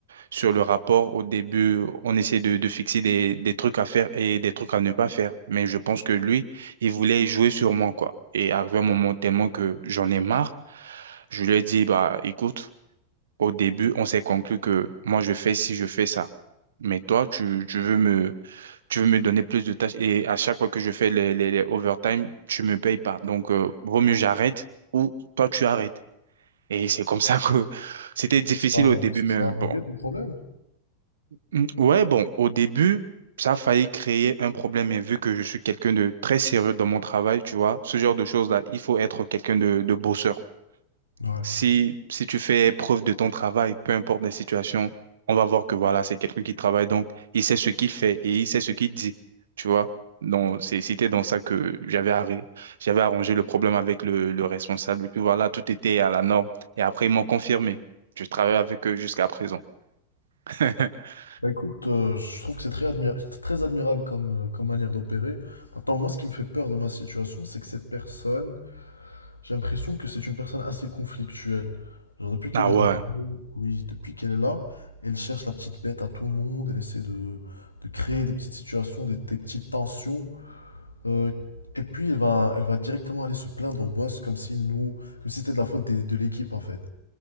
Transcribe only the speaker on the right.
sur le rapport, au début, on essaie de, de fixer des, des trucs à faire et des trucs à ne pas faire. Mais je pense que lui, il voulait jouer sur moi, quoi. Et arrivé un moment tellement que j'en ai marre, je lui ai dit, bah, écoute, au début, on s'est conclu que moi, je fais ci, je fais ça. Mais toi, tu, tu veux me, tu veux me donner plus de tâches et à chaque fois que je fais les, les, les overtime, tu me payes pas. Donc, euh, vaut mieux j'arrête ou toi tu arrêtes. Et c'est comme ça que <laughs> c'était difficile
au début,
mais
bon.
Mm, Ouais, bon, au début, ça a failli créer un problème, mais vu que je suis quelqu'un de très sérieux dans mon travail, tu vois, ce genre de choses-là, il faut être quelqu'un de, de bosseur.
Si, si tu fais preuve de ton travail, peu importe les situations, on va voir que voilà, c'est quelqu'un qui travaille, donc il sait ce qu'il fait et il sait ce qu'il dit, tu vois. Donc, c'est- c'était dans ça que j'avais arré- j'avais arrangé le problème avec le, le responsable. Et puis voilà, tout était à la norme. Et après, ils m'ont confirmé. Je travaille avec eux jusqu'à présent. <laughs>
Ah
ouais.